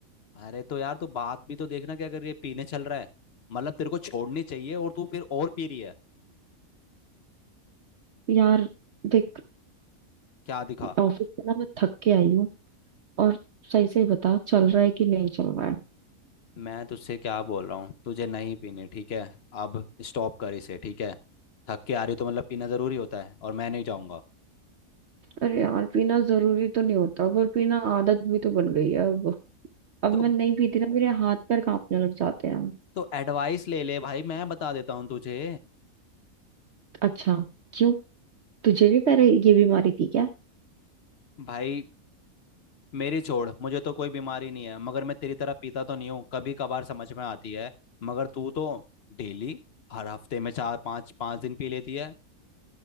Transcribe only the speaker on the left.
अरे तो यार तू बात भी तो देखना क्या कर रही है पीने चल रहा है मतलब तेरे को छोड़नी चाहिए और तू फिर और पी रही है
क्या दिखा
मैं तुझसे क्या बोल रहा हूँ तुझे नहीं पीने ठीक है अब स्टॉप कर इसे ठीक है थक के आ रही तो मतलब पीना जरूरी होता है और मैं नहीं जाऊंगा
तो
तो एडवाइस ले ले भाई मैं बता देता हूँ तुझे
भाई मेरी छोड़ मुझे तो कोई बीमारी नहीं है मगर मैं तेरी तरह पीता तो नहीं हूँ कभी कभार समझ में आती है मगर तू तो डेली हर हफ्ते में चार पांच पांच दिन पी लेती है